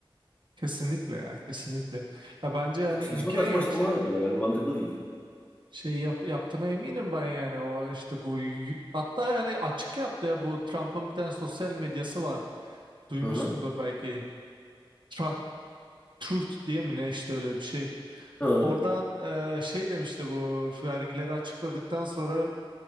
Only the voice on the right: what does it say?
kesinlikle ya kesinlikle. Ya bence yani
imkan
yok
şey,
şey yap, yaptığına eminim ben yani o işte bu y- hatta yani açık yaptı ya bu Trump'ın bir tane sosyal medyası var. Duymuşsundur
belki. Tra- Truth diye mi ne işte öyle bir şey.
Oradan e, şey demişti bu vergileri açıkladıktan sonra